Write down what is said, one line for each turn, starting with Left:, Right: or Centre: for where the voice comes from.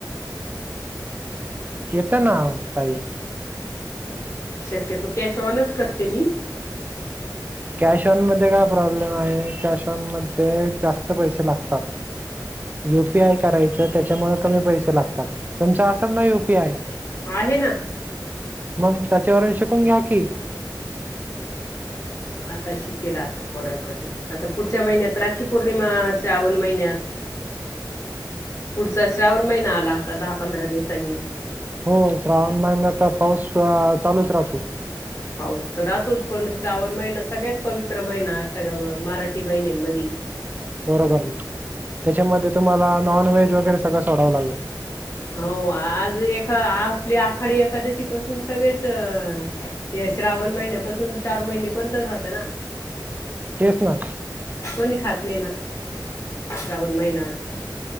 Right: येत ना ताई
Left: शक्यतो कॅश ऑनच करते मी.
Right: कॅश ऑन मध्ये काय प्रॉब्लेम आहे, कॅश ऑन मध्ये जास्त पैसे लागतात.
Left: <unintelligible>
Right: यु पी आय करायचं त्याच्यामुळे कमी पैसे लागतात, तुमचं असल ना यु पी आय.
Left: आहे ना.
Right: मग त्याचेवरून शिकून घ्या की.
Left: आता शिकेल आता पोरांनकडनं. आता पुढच्या महिन्यात राखी पौर्णिमा श्रावण महिन्यात- पुढचा श्रावण महिना आला दहा पंधरा दिवसांनी-
Right: हो श्रावण महिन्याचा पाऊस हा चालूच राहतो.
Left: पाऊस तर राहतोच पण श्रावण महिना सगळ्यात पवित्र महिना, सगळ्या मराठी महिन्यांमध्ये.
Right: बरोबर ना, त्याच्यामध्ये तुम्हाला नॉन व्हेज वगैरे सगळं सोडावं लागेल.
Left: हो आज एका आपली आखाडी एकादशीपाासून सगळेच- हे श्रावण महिन्यापासून चार महिने बंद राहत ना.
Right: येतो आहे.
Left: कोणी खात नाही ना, श्रावण महिनात.